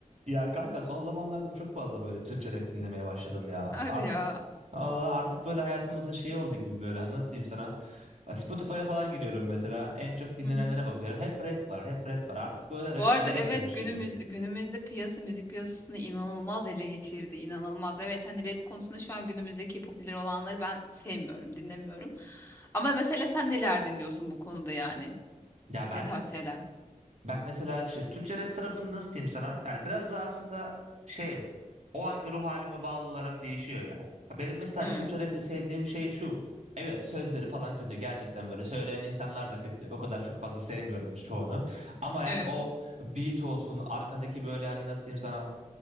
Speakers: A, on the right; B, on the left.
A: Ya kanka son zamanlarda çok fazla böyle Türkçe rap dinlemeye başladım ya.
B: Hadi
A: Artık
B: ya.
A: valla artık böyle hayatımızın şeyi oldu gibi böyle Hani nasıl diyeyim sana. Ya Spotify'a falan giriyorum mesela en çok dinlenenlere
B: Hı hı.
A: bakıyorum. Hep rap var hep rap var artık böyle rap
B: Bu arada
A: ele
B: evet
A: geçirmiş
B: günümüz
A: gibi.
B: günümüzde piyasa müzik piyasasını inanılmaz ele geçirdi. İnanılmaz. Evet hani rap konusunda şu an günümüzdeki popüler olanları ben sevmiyorum, dinlemiyorum. Ama mesela sen neler dinliyorsun bu konuda yani?
A: Ya ben
B: Ne tarz şeyler?
A: Ben mesela işte Türkçe rap tarafını nasıl diyeyim sana? Yani biraz da aslında şey o anki ruh halime bağlı olarak değişiyor ya. Ha, Benim mesela
B: Hmm.
A: Türkçe rapte sevdiğim şey şu. Evet sözleri falan kötü gerçekten böyle söyleyen insanlar da kötü. O kadar çok fazla sevmiyorum işte çoğunu. Ama yani
B: Evet.
A: o beat olsun arkadaki böyle hani nasıl diyeyim sana.